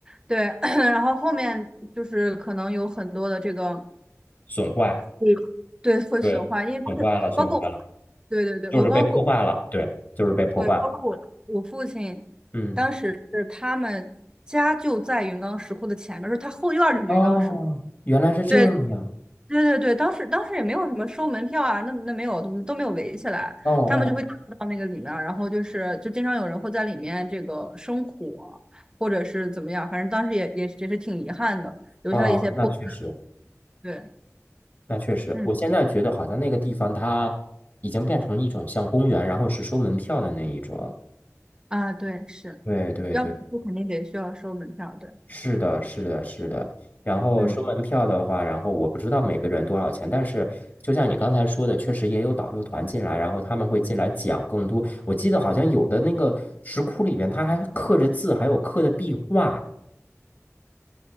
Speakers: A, on the right; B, on the left.
A: 对，<coughs> <clears throat> 然后后面就是可能有很多的这个，
B: 损坏，
A: 对，对，会损坏，
B: 对，
A: 因为包括包括，
B: 损坏了，损坏了，
A: 对对对，
B: 就是被破坏了，
A: 我包括。
B: 对，就是被破坏了，
A: 对，包括我我父亲，
B: 嗯。
A: 当时是他们家就在云冈石窟的前面，说他后院儿就是云冈石窟。
B: 哦，原来是这样。
A: 对，对对对，当时当时也没有什么收门票啊，那那没有都都没有围起来，
B: 哦哦
A: 他们就会到那个里面儿，然后就是就经常有人会在里面这个生火，或者是怎么样，反正当时也也也是挺遗憾的，留下了一些破。
B: 哦，那确实，
A: 对，
B: 那确实，
A: 嗯
B: 我现在觉得好像那个地方它已经变成一种像公园，然后是收门票的那一种。
A: 啊，对，是，
B: 对对对，
A: 要不肯定得需要收门票，对，
B: 是的，是的，是的。然后收门票的话，
A: 嗯。
B: 然后我不知道每个人多少钱，但是就像你刚才说的，确实也有导游团进来，然后他们会进来讲更多。我记得好像有的那个石窟里边，它还刻着字，还有刻的壁画